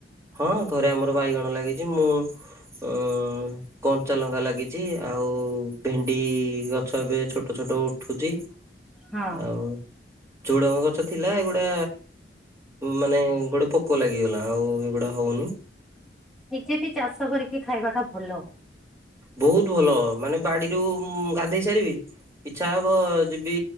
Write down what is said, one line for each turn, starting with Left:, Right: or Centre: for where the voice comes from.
Right: ହଁ ଘରେ ଆମର ବାଇଗଣ ଲାଗିଚି ମୁଁ ଅଁ- କଞ୍ଚା ଲଙ୍କା ଲାଗିଚି ଆଉ ଭେଣ୍ଡି ଗଛ ଏବେ ଛୋଟ ଛୋଟ ଉଠୁଚି
Centre: ହଁ
Right: ଆଉ ଝୁଡଙ୍ଗ ଗଛ ଥିଲା ଏଗୁଡା ମାନେ ଗୋଟେ ପ ପୋକ ଲାଗିଗଲା ଆଉ ଏଗୁଡା ହଉନି।
Centre: ନିଜେ ବି ଚାଷ କରିକି ଖାଇବା ଟା ଭଲ।
Right: ବହୁତ୍ ଭଲ ମାନେ ବାଡିରୁ ମୁଁ ଗାଧେଇ ସାରିବି ଇଚ୍ଛା ହବ ଯିବି